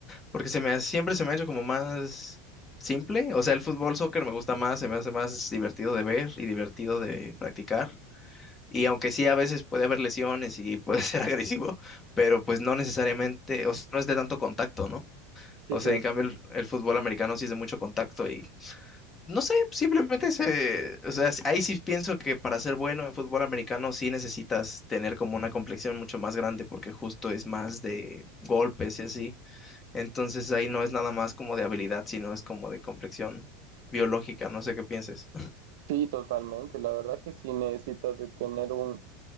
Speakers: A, on the left; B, on the right.
A: porque se me ha- siempre se me ha hecho como más simple, o sea, el fútbol soccer me gusta más, se me hace más divertido de ver y divertido de practicar. Y aunque sí, a veces puede haber lesiones y puede ser <laughs> agresivo, pero pues no necesariamente, o sea, no es de tanto contacto, ¿no?
B: Sí,
A: O
B: sí,
A: sea, en cambio el, el fútbol americano sí es de mucho contacto y no sé, simplemente se, o sea, ahí sí pienso que para ser bueno en fútbol americano sí necesitas tener como una complexión mucho más grande porque justo es más de golpes y así. Entonces ahí no es nada más como de habilidad, sino es como de complexión biológica, no sé qué pienses.
B: sí, totalmente. La verdad que sí necesitas de tener un,